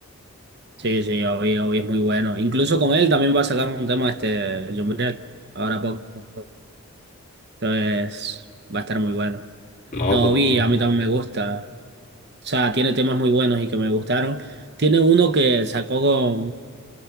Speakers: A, on the right; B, on the left.
A: Sí, sí, Obi, Obi es muy bueno. Incluso con él también va a sacar un tema este John Briel, ahora poco. Entonces, va a estar muy bueno.
B: No,
A: No,
B: pues
A: Obi,
B: sí.
A: a mí también me gusta. O sea, tiene temas muy buenos y que me gustaron. Tiene uno que sacó